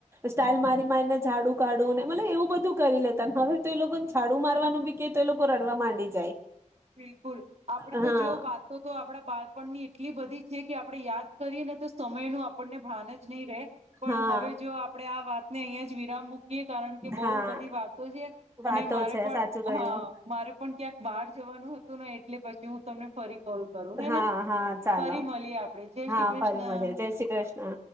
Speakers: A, on the right; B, on the right.
A: સ્ટાઇલ મારી મારીને ઝાડું કાઢવુંને મતલબ એવું બધું કરી લેતા હવે તો એ લોકો ને છાડું મારવાનું બી કે તો એ લોકો રડવા માંડી જાય.
B: બિલકુલ આપે
A: હા
B: તો જો વાતો તો આપડા બાળપણની એટલી બધી છે કે આપડણે યાદ કરીને તો સમય નું આપણને ભાન જ નહીં રહે. પણ
A: હા
B: હવે જો આપડણે આ વાત નહીં જવીરા મુખ કિયે કારણ કે બહ
A: હા
B: બધી વાતો છે
A: વાતો
B: અને મારે
A: છે
B: પણ
A: સાચું કયું
B: હા મારે પણ ક્યાંક બાર જવાનું હતું ને એટલે પછી હું તમને ફરી કોલ કરું હેના
A: હા હા ચાલો
B: ફરી મળીએ આપડે જય શ્રી
A: હા
B: કૃષ્ણ.
A: ફરી મળે જય શ્રી કૃષ્ણ.